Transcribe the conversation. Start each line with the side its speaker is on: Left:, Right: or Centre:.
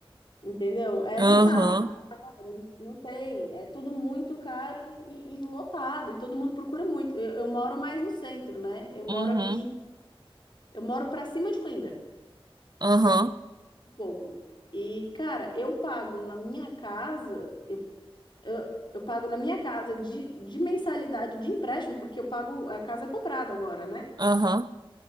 Left: Entendeu? É,
Right: Aham,
Left: não dá. Não, não tem, é tudo muito caro e, e lotado, e todo mundo procura muito. Eu, eu moro mais no centro, né? Eu moro
Right: uhum,
Left: aqui, eu moro pra cima de Coimbra,
Right: aham,
Left: um pouco. E, cara, eu pago na minha casa, eu, eu, eu pago na minha casa de, de mensalidade de empréstimo, porque eu pago, a casa é comprada agora, né?
Right: aham,